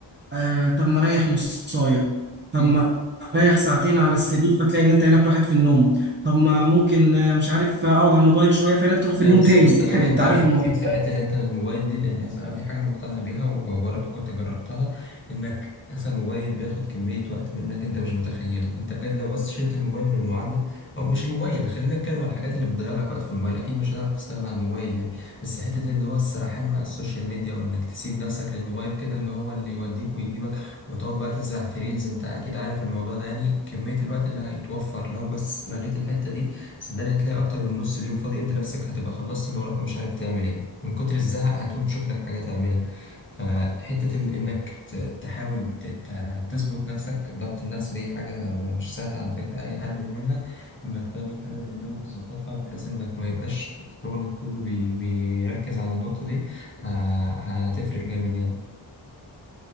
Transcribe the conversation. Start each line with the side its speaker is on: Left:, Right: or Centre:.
Right: آه طب ما اريح نصايه طب
Left: اكيد
Right: ما اريح ساعتين على السرير فتلاقي ان انت عينك راحت في النوم طب ما ممكن آه، مش عارف آه، اقعد على الموبايل شويه فعينك تروح في
Left: ايوه
Right: النوم
Left: بالظبط
Right: تاني
Left: استنى
Right: <laughs> يعني
Left: بقى
Right: انت
Left: انت
Right: عارف
Left: جيت
Right: الموضوع
Left: جيت في حته انت الموبايل دي لان اصلا انا في حاجه مقتنع بيها وبرضه كنت جربتها انك اصلا الموبايل بياخد كميه وقت منك انت مش متخيله انت بجد لو بس شلت الموبايل من المعادله او مش الموبايل خلينا نتكلم على الحاجات اللي بتضيع لك وقت في الموبايل اكيد مش هنعرف نستغنى عن الموبايل يعني بس حته اللي هو السرحان مع السوشيال ميديا وانك تسيب نفسك للموبايل كده ان هو اللي يوديك ويجيبك وتقعد بقى تزرع في ريلز انت اكيد عارف الموضوع ده يعني كميه الوقت اللي هيتوفر لو بس لغيت الحته دي صدقني هتلاقي اكتر من نص اليوم فاضي انت نفسك هتبقى خلصت اللي وراك ومش عارف تعمل ايه من كتر الزهق هتقوم تشوف لك حاجة تعملها فحتة ال- انك ت- تحاول ت- ت- تظبط نفسك ضبط النفس دي حاجة م- مش سهلة على فكرة اي حد يعملها انك تعمل حاجة زي دي وتظبطها بحيث انك ما يبقاش شغلك كله بي- بيركز على النقطة دي ه- هتفرق جامد يعني